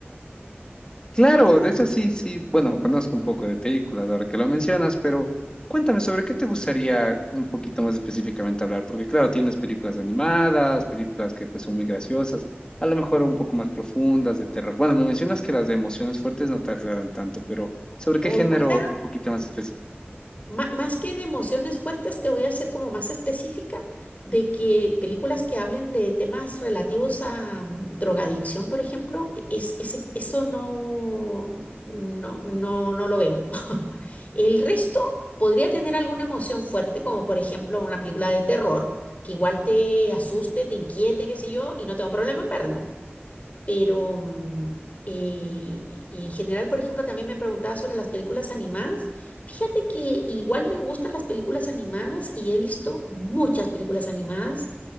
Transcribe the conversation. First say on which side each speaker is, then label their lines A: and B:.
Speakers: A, on the left; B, on the left.
A: Claro, de hecho sí, sí, bueno, conozco un poco de películas ahora que lo mencionas, pero cuéntame sobre qué te gustaría un poquito más específicamente hablar, porque claro, tienes películas animadas, películas que pues son muy graciosas, a lo mejor un poco más profundas de terror. Bueno, me mencionas que las de emociones fuertes no te aclaran tanto, pero ¿sobre qué
B: O,
A: género
B: o sea,
A: un poquito más
B: má- más que de emociones fuertes, te voy a hacer como más específica de que películas que hablen de temas relativos a mm, drogadicción, por ejemplo, e- es, ese- eso no, no, no, no lo veo. <laughs> El resto podría tener alguna emoción fuerte, como por ejemplo una película de terror, que igual te asuste, te inquiete, qué sé yo, y no tengo problema en verlo. Pero mm, eh, en general, por ejemplo, también me preguntaba sobre las películas animadas. Fíjate que igual me gustan las películas animadas y he visto muchas películas animadas